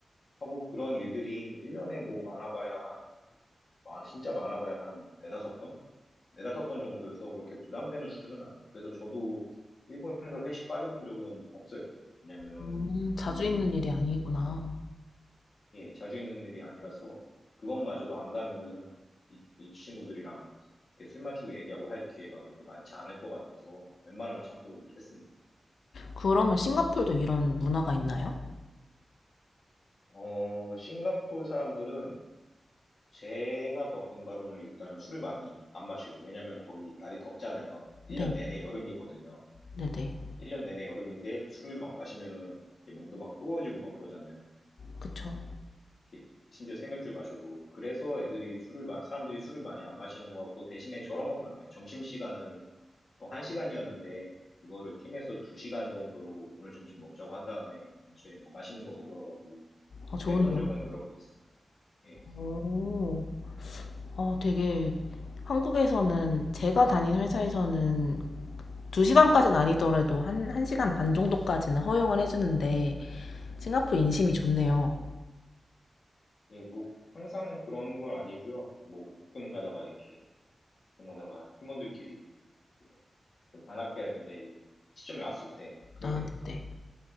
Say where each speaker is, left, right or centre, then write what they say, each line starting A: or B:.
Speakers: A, on the left (about 65°); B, on the left (about 90°).
A: 하고 그런 일들이 1년에 뭐 많아봐야 한 많- 진짜 많아봐야 한 네다섯 번? 네다섯 번 정도여서 그렇게 부담되는 수준은 아니에요. 그래서 저도 일본에서 회식 빠져본 적은 없어요. 왜냐면은
B: 음, 자주
A: 그
B: 있는 일이 아니구나.
A: 예, 자주 있는 일이 아니라서 그것마저도 안 가면은 이, 이 친구들이랑 이렇게 술 마시고 얘기하고 할 기회가 그렇게 많지 않을 것 같아서 웬만하면 참석을 했습니다.
B: 그러면 싱가폴도 이런 문화가 있나요?
A: 어, 싱가포르 사람들은 제가 겪은 바로는 일단은 술을 많이 안 마셔요. 왜냐면 거기 날이 덥잖아요. 1년
B: 네,
A: 내내 여름이거든요.
B: 네네.
A: 1년 내내 여름인데 술을 막 마시면은 이렇게 몸도 막 뜨거워지고 막 그러잖아요.
B: 그쵸.
A: 이렇게 심지어 생맥주 마셔도. 그래서 애들이 술을, 마- 사람들이 술을 많이 안 마시는 것 같고, 대신에 저런 건 많아요. 점심시간은 보통 1시간이었는데 그거를 팀에서 2시간 정도로 오늘 점심 먹자고 한 다음에 근처에 뭐 맛있는 거 먹으러 가고
B: 어, 좋은데요.
A: 그랬던 적은 여러 번 있습니다. 예,
B: 오, 어, 되게 한국에서는 제가 다닌 회사에서는 2시간까지는
A: 예,
B: 아니더라도 한, 1시간 반 정도까지는 허용을 해주는데 싱가포르 인심이
A: 예,
B: 좋네요.
A: 예, 뭐 항상 그런 건 아니고요. 뭐 가끔 가다가 이렇게 가끔 가다가 팀원들끼리 예, 좀 단합해야 될 시점이 왔을 때 그럴
B: 아,
A: 때 그렇게 합니다.
B: 네.